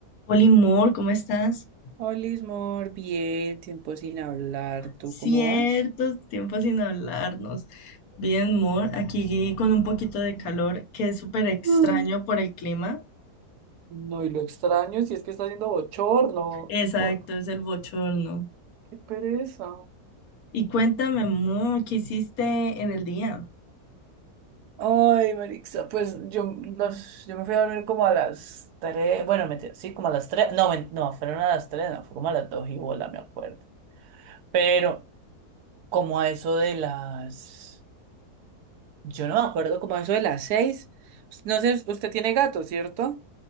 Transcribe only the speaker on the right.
Olis, mor, bien, tiempo sin hablar. ¿Tú
cómo vas?
Mm.
No, y lo extraño si es que está haciendo bochorno.
Oh,
qué pereza.
Ay, Marixa, pues yo, nos, yo me fui a dormir como a las 3, bueno, mentira, sí, como a las 3, no, men- no, fueron a las 3, no, fue como a las 2 y bola, me acuerdo. Pero como a eso de las, yo no me acuerdo, como a eso de las 6, no sé, usted tiene gato, ¿cierto?